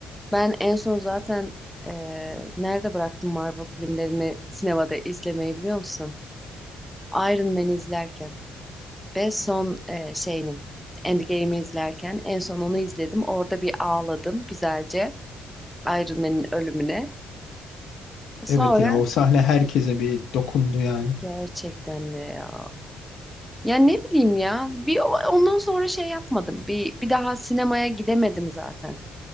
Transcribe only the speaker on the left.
Evet ya o sahne herkese bir dokundu yani.